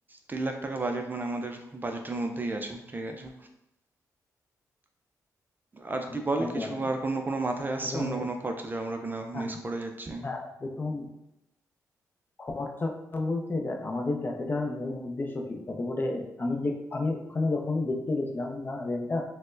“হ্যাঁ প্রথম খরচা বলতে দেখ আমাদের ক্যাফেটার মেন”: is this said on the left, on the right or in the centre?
Left